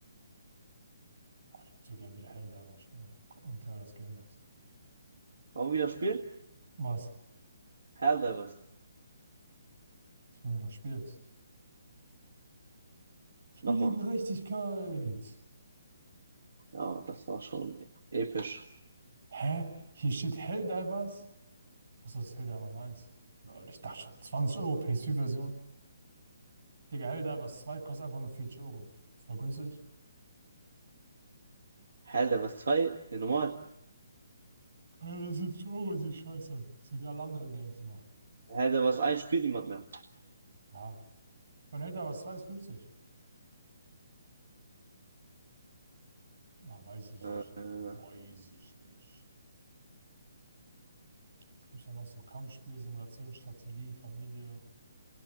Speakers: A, on the right (about 65°); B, on the right (about 80°).
A: Boah, ich würde so gern wieder Helldiver spielen. Gucken, wie teuer das Game ist.
B: Wollen wir wieder spielen?
A: Was?
B: Helldivers.
A: Wenn du das spielst. Für
B: Nochmal.
A: die Gerechtigkeit.
B: Ja, das war schon episch.
A: Hä? Hier steht Helldivers? Was ist das Helldivers 1? Lol, ich dachte schon, 20 Euro PS4-Version. Digga, Helldivers zwei kostet einfach nur 40 Euro. Voll günstig.
B: Helldivers 2, ja, normal.
A: 170 Euro ist die Scheiße. Das sind ja alle anderen Games immer.
B: Helldivers 1 spielt niemand mehr.
A: Ja. Ich meine, Elder was 2 ist günstig. Na, weiß ich
B: Äh,
A: nicht, ne? Weiß ich nicht. Was gibt's da noch so? Kampfspiel, Simulation, Strategie, Familie.